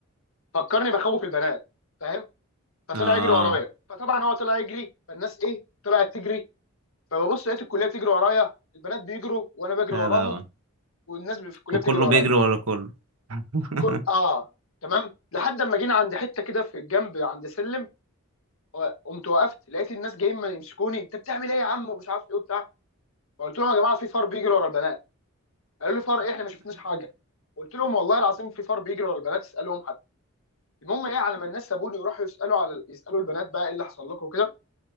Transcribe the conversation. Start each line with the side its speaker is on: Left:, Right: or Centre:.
Left: فكرني بخوف البنات فاهم فطلع
Right: اه
Left: يجري ورايا فطبعا هو طلع يجري فالناس ايه طلعت تجري فببص لقيت الكليه بتجري ورايا البنات بيجروا وانا بجري
Right: يا
Left: وراهم
Right: لهوي
Left: والناس في الكليه
Right: وكله
Left: بتجري ورايا
Right: بيجري ورا كله <laughs>
Left: ك- اه تمام لحد اما جينا عند حته كده في الجنب عند سلم و- قمت وقفت لقيت الناس جايين ما يمسكوني انت بتعمل ايه يا عم ومش عارف ايه وبتاع فقلت لهم يا جماعه في فار بيجري ورا البنات قالوا لي فار ايه احنا ما شفناش حاجه قلت لهم والله العظيم في فار بيجري ورا البنات اسالهم حد المهم ايه على ما الناس سابوني وراحوا يسالوا على يسالوا البنات بقى ايه اللي حصل لكم وكده